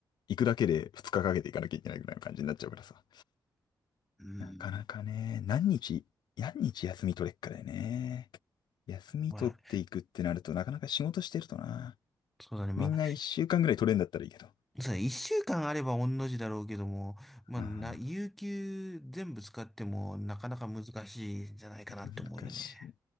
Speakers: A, on the left; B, in the centre.
A: 行くだけで2日かかけて行かなきゃいけないぐらいの感じになっちゃうからさ。
B: うん。
A: なかなかね、何日、何日休み取れっかだよね。休み取っていくってなると、
B: まあ、
A: なかなか仕事してるとな。
B: そうだね。まあ、
A: みんな1週間ぐらい取れんだったらいいけど。
B: そうだね。一週間あれば御の字だろうけども、まあ、
A: あ
B: な、有給全部使ってもなかなか難しいんじゃないかなって思うよね。
A: 難しい。